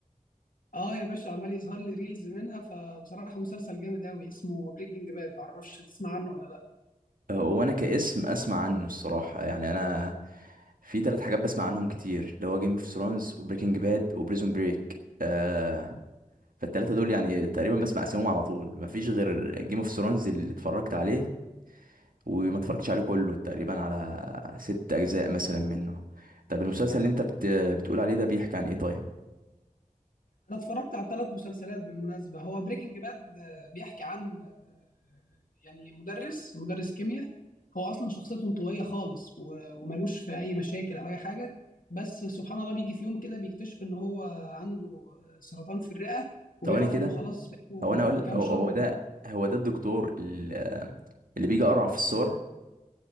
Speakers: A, on the left; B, on the right.
A: اه يا باشا عمال يظهر لي ريلز منها فبصراحة مسلسل جامد قوي اسمه بريكنج باد معرفش تسمع عنه ولا لا
B: آه، وانا كاسم اسمع عنه الصراحة يعني انا في ثلاث حاجات بسمع عنهم كتير اللي هو جيم اوف ثرونز وبريكنج باد وبريزون بريك آه فالتلاتة دول يعني تقريبا بسمع اسمهم على طول مفيش غير جيم اوف ثرونز اللي اتفرجت عليه وما اتفرجتش عليه كله تقريبا على ست اجزاء مثلا منه طب المسلسل اللي انت بت... بتقول عليه ده بيحكي عن ايه طيب
A: انا اتفرجت على ثلاث مسلسلات بالمناسبة هو بريكنج باد بيحكي عن آه، يعني مدرس مدرس كيمياء هو اصلا شخصيته انطوائية خالص و- وملوش في اي مشاكل او اي حاجة بس سبحان الله بيجي في يوم كده بيكتشف ان هو عنده آه، سرطان في الرئة وبيعرف
B: ثواني كده
A: انه خلاص بقاله
B: هو انا اقول
A: كام
B: هو
A: شهر
B: هو ده هو ده الدكتور ال- اللي بيجي اقرع في الصور